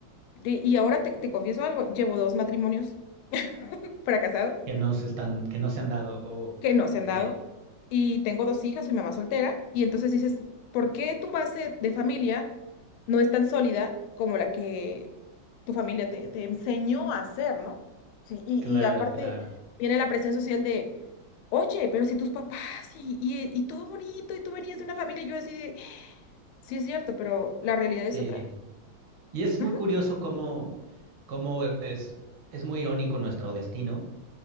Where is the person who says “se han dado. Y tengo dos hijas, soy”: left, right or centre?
Left